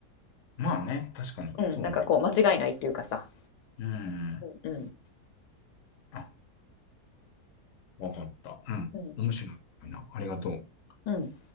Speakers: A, on the left; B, on the left.
A: まあね、確かに。
B: うん。
A: そうね。
B: なんかこう、間違いないっていうかさ。
A: うんうん。
B: うんうん。
A: あ、わかった。うん。
B: うん。
A: 面白いな。ありがとう。
B: うん。うん